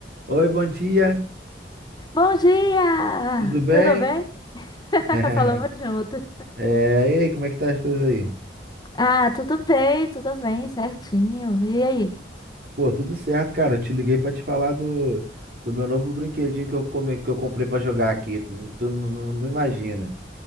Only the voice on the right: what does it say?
Oi, bom dia,
tudo bem?
<laughs>
É, e aí, como é que tá as coisas aí?
Pô, tudo certo, cara. Eu te liguei pra te falar do, do meu novo brinquedinho que eu, come, que eu comprei pra jogar aqui. Tu não, não- não imagina.